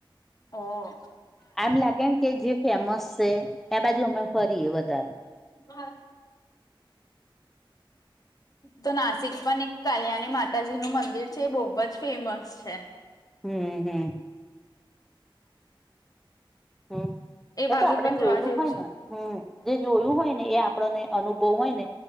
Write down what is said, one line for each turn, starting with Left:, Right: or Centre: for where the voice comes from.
Left: હો.
Centre: આમ લાગે ને કે જે ફેમસ છે એ બાજુ અમે ફરીએ વધારે
Left: હા <inaudible> તો નાસિક પણ એક કલિયાણી માતાજી નું મંદિર છે એ બહુ જ ફેમસ છે.
Centre: હમ હમ. હમ
Left: એ બાજુ
Centre: તો આપડે
Left: પણ
Centre: જોયેલું
Left: જવા જેવું
Centre: હોય
Left: છે.
Centre: ને હમ જે જોયું હોય ને એ આપણને અનુભવ હોય ને.